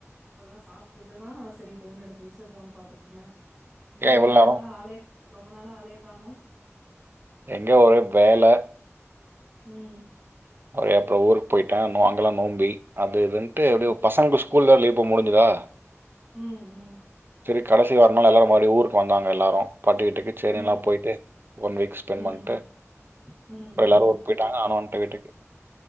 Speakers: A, on the right; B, on the right.
A: இப்பதா சாப்பிட்டுதா செரி ஃபோன் எடுத்து வெச்சு ஃபோன் பாத்துட்டு இருந்தே அப்புற
B: ஏன்
A: என்ன
B: இவ்ளோ
A: ரொம்ப
B: நேரம்?
A: நாள ஆளையே ரொம்ப நாள ஆளையே காணோ
B: எங்க ஒரே வேலை
A: ம்
B: அப்ளயே அப்புறோ ஊருக்கு போயிட்டே ம்மே அங்கெல்லா நோம்பி அது இதுன்ட்டு எப்டியூ
A: ம்
B: பசங்களுக்கு ஸ்கூலல்ல லீவ் இப்போ முடிஞ்சதா
A: ம் ம்
B: செரி கடசி வாரணாலூ எல்லாரூ மறுபடிய ஊர்க்கு வந்தாங்க எல்லாரூ பாட்டி வீட்டுக்கு செரி
A: ம்
B: எல்லா போயி்ட்டு ஒன் வீக் ஸ்பெண்ட்
A: ம்
B: பண்ட்டு
A: ம்
B: அப்புறோ எல்லாரூம்
A: ம்
B: போய்ட்டாங்க நானூ வந்டே வீட்டுக்கு